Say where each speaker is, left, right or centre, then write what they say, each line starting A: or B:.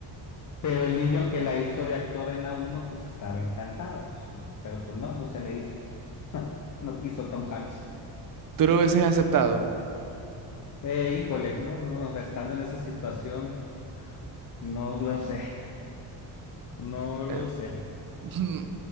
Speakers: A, on the left; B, on the right.
A: Pero el niño que la hizo de actor en la uno pues estaba encantado, pues, pero pues no, no se le hizo. No quiso Tom Hanks.
B: ¿Tú lo hubieses aceptado?
A: Eh, híjole, no, no, estando en esa situación, no lo sé, no lo
B: Eh,
A: sé.
B: <laughs>